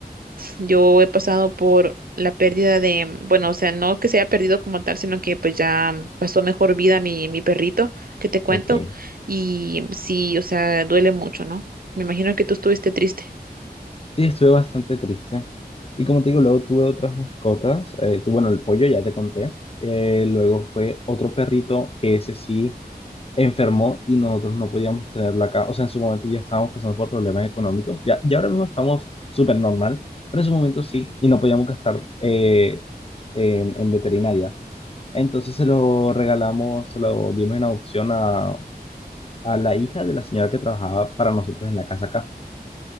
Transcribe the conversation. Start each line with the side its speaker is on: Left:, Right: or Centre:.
Right: Yo he pasado por la pérdida de, bueno, o sea, no que se haya perdido como tal, sino que pues ya pasó mejor vida mi, mi perrito, que te cuento,
Left: Ok.
Right: y sí, o sea, duele mucho, ¿no? Me imagino que tú estuviste triste.
Left: Sí, estuve bastante triste. Y como te digo, luego tuve otras mascotas. Eh, tu- bueno, el pollo ya te conté. Eh, luego fue otro perrito que ese sí enfermó y nosotros no podíamos tenerla acá. O sea, en su momento ya estábamos pasando por problemas económicos, ya, ya ahora mismo estamos súper normal, pero en su momento sí, y no podíamos gastar eh, en, en veterinaria. Entonces se lo regalamos, se lo dimos en adopción a, a la hija de la señora que trabajaba para nosotros en la casa acá.